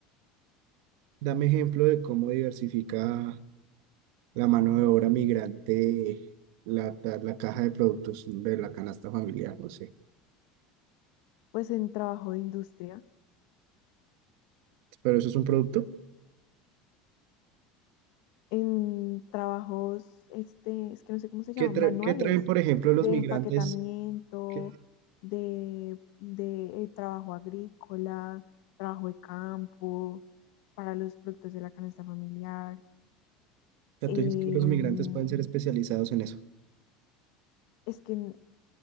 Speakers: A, on the right (about 65°); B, on the left (about 65°).
A: Dame ejemplo de cómo diversifica la mano de obra migrante la, ta- la caja de productos de la canasta familiar, no sé.
B: Pues en trabajo de industria,
A: Pero eso es un producto.
B: en trabajos, este, es que no sé cómo se llaman,
A: ¿Qué, tra-
B: manuales
A: qué traen, por ejemplo, los
B: de
A: migrantes?
B: empaquetamiento,
A: ¿Qué- o
B: de, de eh, trabajo agrícola, trabajo de campo, para los productos de la canasta familiar.
A: sea,
B: em,
A: tú dices que los migrantes pueden ser especializados en eso.
B: es que, en-